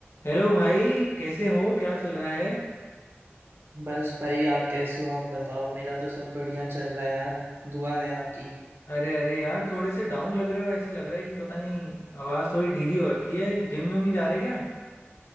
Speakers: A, on the left (about 80°); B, on the right (about 60°).
A: Hello भाई कैसे हो क्या चल रहा है
B: बस भाई आप कैसे हो आप बताओ मेरा तो सब बढ़िया चल रहा है यार दुआ है आपकी
A: अरे अरे यार थोड़े से डाउन लग रहे हो ऐसे लग रहा है कि पता नहीं आवाज़ थोड़ी ढीली हो रखी है जिम में नहीं जा रहे क्या